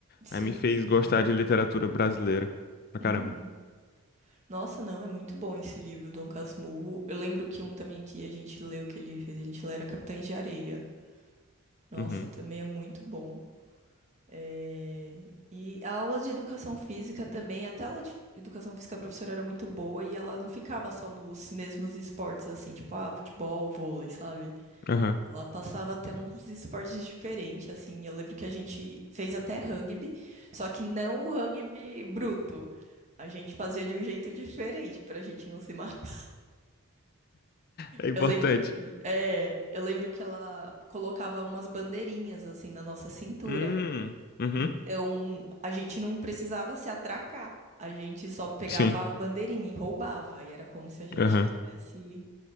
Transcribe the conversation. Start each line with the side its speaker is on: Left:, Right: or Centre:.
Right: Sim,
Left: Aí me fez gostar
Right: é
Left: de
Right: muito
Left: literatura
Right: bom.
Left: brasileira pra
Right: Uhum.
Left: caramba.
Right: Nossa, não, é muito bom esse livro, Dom Casmurro. Eu lembro que um também que a gente leu, que ele fez, a gente lê, era Capitães de Areia. Nossa,
Left: Uhum.
Right: também é muito bom. É, E a aula de educação física também, até a aula de educação física, a professora era muito boa e ela não ficava só nos mesmos esportes, assim, tipo, ah, futebol, vôlei, sabe?
Left: Aham.
Right: Ela
Left: <laughs>
Right: passava até uns esportes diferentes, assim. Eu lembro que a gente fez até rugby, só que não o rugby bruto. A gente fazia de um jeito diferente, pra gente não se matar.
Left: É importante.
Right: Eu lembro que, é, eu lembro que ela colocava umas bandeirinhas assim na nossa cintura.
Left: Hum, uhum,
Right: Então, a gente não precisava se atracar. A gente só pegava
Left: sim,
Right: a bandeirinha e roubava. E era como se a gente
Left: aham,
Right: tivesse,